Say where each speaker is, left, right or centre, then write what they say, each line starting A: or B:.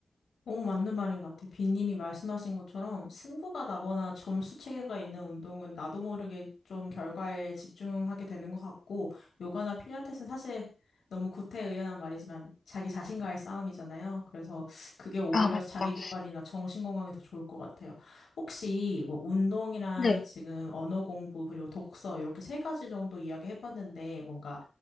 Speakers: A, on the left; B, on the left.
A: 너무 맞는 말인 것 같아요. 빈님이 말씀하신 것처럼 승부가 나거나 점수 체계가 있는 운동은 나도 모르게 좀 결과에 집중하게 되는 것 같고, 요가나 필라테스는 사실 너무 구태의연한 말이지만 자기 자신과의 싸움이잖아요. 그래서 그게 오히려
B: 아, 맞죠.
A: 자기 개발이나 정신 건강에 더 좋을 것 같아요. 혹시 뭐 운동이랑
B: 네.
A: 지금 언어 공부 그리고 독서 이렇게 세 가지 정도 이야기 해봤는데 뭔가